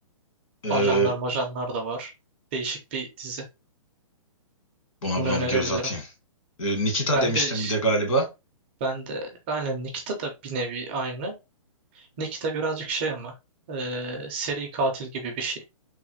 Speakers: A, on the left (about 70°); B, on the right (about 20°).
A: Ee,
B: Ajanlar majanlar da var. Değişik bir dizi.
A: buna
B: Bunu
A: buna
B: önerebilirim.
A: bir göz atayım. Ee, Nikita
B: Ben
A: demiştim
B: de
A: bir de galiba.
B: ben de aynen Nikita da bir nevi aynı. Nikita birazcık şey ama e, seri katil gibi bir şey.